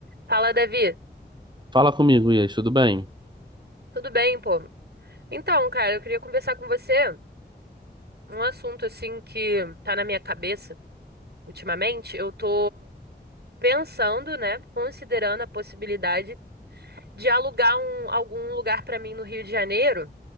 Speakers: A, on the right (about 70°); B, on the right (about 25°).
A: Fala, Davi.
B: Fala comigo, Ias, tudo bem?
A: Tudo bem, pô? Então, cara, eu queria conversar com você um assunto assim que tá na minha cabeça ultimamente. Eu tô pensando, né, considerando a possibilidade de alugar um, algum lugar pra mim no Rio de Janeiro.